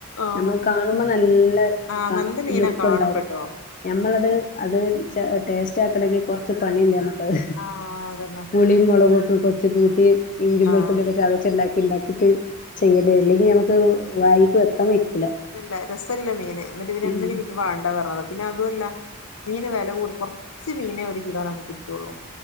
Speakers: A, on the left; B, on the left.
A: ആഹ്
B: നമ്മള് കാണുമ്പോ നല്ല
A: ആഹ് നല്ല മീനെ
B: ലുക്ക്
A: കാണുമ്പട്ടോ
B: ഉണ്ടാവും
A: പക്ഷെ
B: ഞമ്മളത് അത് ടേസ്റ്റ് ആക്കണങ്കിൽ കുറച്ച് പണിയുണ്ട് നമ്മുക്കത്
A: ആഹ് അതന്നെ
B: പുളിയും, മുളകും ഒക്കെ കുറച്ച് കൂട്ടി ഇഞ്ചിയും, വെളുത്തുള്ളിയും
A: ആഹ്
B: ഒക്കെ ചതച്ച് ഉണ്ടാക്കി ഉണ്ടാക്കിട്ട് ചെയ്യല് അല്ലെങ്കിൽ നമുക്ക് വായിക്ക് വെക്കാൻ പറ്റ
A: ഇല്ല ഇല്ല രസം ഇല്ല മീൻ എന്നിട്ട് പിന്നെ
B: ഉം
A: ഇന്ന് വേണ്ട പറഞ്ഞതാ പിന്നെ അതു അല്ല മീന് വില കൂടിയാ കുറച്ച് മീനെ ഒരു കിലോനൊക്കെ കിട്ടുള്ളൂ